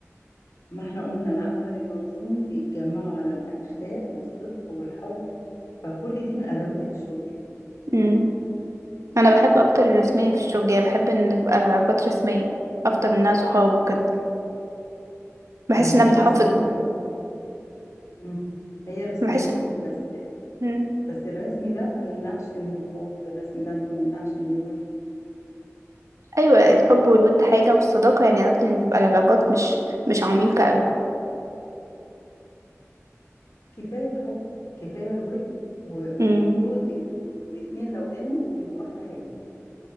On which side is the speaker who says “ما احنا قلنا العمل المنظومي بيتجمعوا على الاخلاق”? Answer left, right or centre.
Left